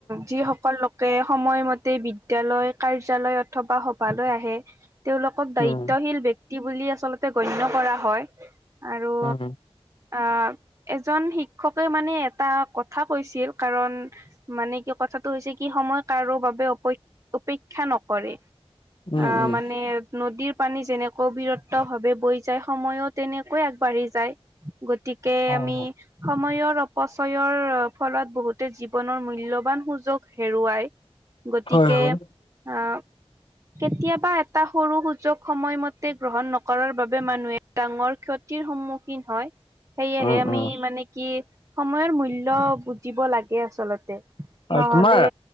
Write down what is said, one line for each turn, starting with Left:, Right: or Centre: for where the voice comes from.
Right: যিসকল লোক সময়মতে বিদ্যালয় কাৰ্যালয় অথবা সভালৈ আহে তেওঁলোকক দায়িত্বশীল
Left: উম
Right: ব্যাক্তি বুলি আচলতে গণ্য কৰা হয় আৰু
Left: উম
Right: আহ এজন শিক্ষকে মানে এটা কথা কৈছিল কাৰণ মানে কি কথাটো হৈছে কি সময় কাৰো বাবে অপে অপেক্ষা নকৰে
Left: উম
Right: আ
Left: উম
Right: মানে নদীৰ পানী যেনেকৈ বীৰত্ব ভাৱে বৈ যায় সময়ো তেনেকৈ আগবাঢ়ি যায় গতিকে
Left: হয়
Right: আমি সময়ৰ অপচয়ৰ ফলত বহুতে জী জীৱনৰ মূল্যবান সুযোগ হেৰুৱাই গতিকে
Left: হয় হয়
Right: আ কেতিয়াবা এটা সৰু সুযোগ সময়মতে গ্ৰহণ নকৰাৰ বাবে মানুহে ডাঙৰ ক্ষতি সন্মুখীন হয় সেয়েহে
Left: উম
Right: আমি
Left: উম
Right: মানে কি সময়ৰ মূল্য বুজিব লাগে আচলতে
Left: অ
Right: নহ'লে
Left: তোমাৰ